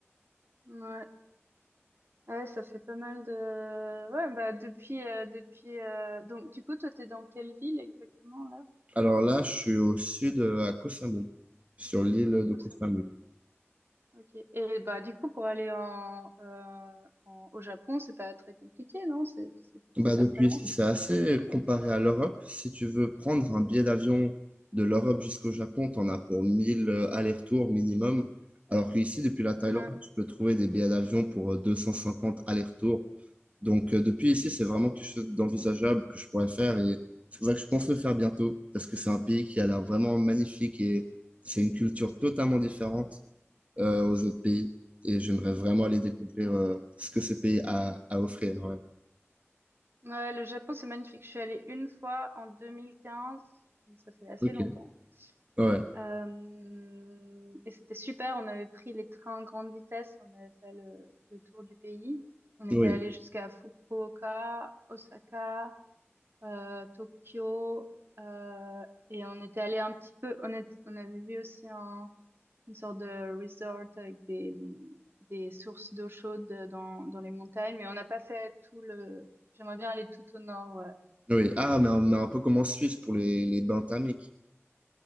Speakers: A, on the right; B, on the right.
A: ouais. Ouais, ça fait pas mal de... Ouais, bah depuis... euh, depuis euh, Donc, du coup, toi, t'es dans quelle ville exactement, là?
B: Alors là, je suis au sud, euh, à Koh Samui, sur l'île de
A: Récemment.
B: Koh Samui.
A: Ok. Et bah, du coup, pour aller en, euh, en- au Japon, c'est pas très compliqué, non? C'est c'est- c'est
B: Bah
A: pas
B: depuis
A: très loin.
B: ici, c'est assez comparé à l'Europe. Si tu veux prendre un billet d'avion de l'Europe jusqu'au Japon, t'en as pour 1000 euh, allers-retours minimum. Alors qu'ici, depuis la Thaïlande,
A: Ouais.
B: tu peux trouver des billets d'avion pour euh, 250 allers-retours. Donc euh, depuis ici, c'est vraiment quelque chose d'envisageable que je pourrais faire et c'est pour ça que je pense le faire bientôt parce que c'est un pays qui a l'air vraiment magnifique et c'est une culture totalement différente euh, aux autres pays et j'aimerais vraiment aller découvrir
A: Mm.
B: euh, ce que ce pays a à offrir. ouais.
A: Ouais, le Japon, c'est magnifique. Je suis allée une fois en 2015, donc ça fait assez
B: Ok.
A: longtemps.
B: Ouais.
A: Euh, et c'était super, on avait pris les trains à grande vitesse et on avait fait le, le tour du pays. On était
B: Oui,
A: allé jusqu'à Fukuoka, Osaka, euh, Tokyo, euh, et on était allé un petit peu, on, est- on avait vu aussi un, une sorte de resort avec des, des sources d'eau chaude dans, dans les montagnes, mais on n'a pas fait tout le... J'aimerais bien aller tout au nord, ouais.
B: oui.
A: Ce serait
B: Ah, mais on
A: cool.
B: a un peu comme en Suisse pour les, les bains thermiques.